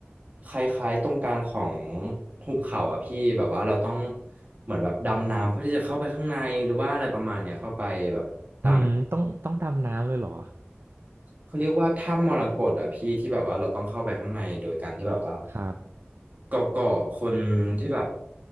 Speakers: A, on the right (about 40°); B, on the right (about 65°).
A: คล้ายๆตรงกลางของหุบเขาอะพี่แบบว่าเราต้องเหมือนแบบดำน้ำเพื่อที่จะเข้าไปข้างในหรือว่าอะไรประมาณเนี้ยเข้าไปแบบตาม
B: อืมต้องต้องดำน้ำเลยเหรอ
A: เขาเรียกว่าถ้ำมรกตอะพี่ที่แบบว่าเราต้องเข้าไปข้างในโดยการที่แบบว่า
B: ครับ
A: เกาะเกาะคนที่แบบ